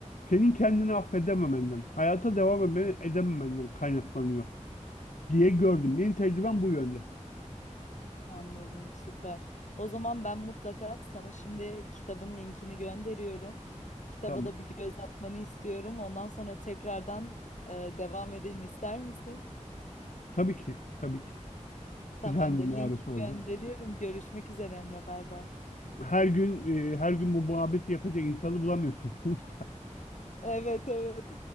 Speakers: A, on the left; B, on the left.
A: senin kendini affedememenden, hayata devam eme- edememenden kaynaklanıyor diye gördüm. Benim tecrübem bu yönde.
B: Anladım. Süper. O zaman ben mutlaka sana şimdi kitabın linkini gönderiyorum. Kitaba
A: Tamam.
B: da bir göz atmanı istiyorum. Ondan sonra tekrardan eee, devam edelim ister misin?
A: Tabii ki, tabii ki.
B: Tamamdır.
A: Güzel bir muhabbet
B: Linki
A: oldu.
B: gönderiyorum. Görüşmek üzere Emre. Bay bay.
A: Her gün e, her gün bu muhabbeti yapacak insanı bulamıyorsun <laughs> sonuçta.
B: Evet evet.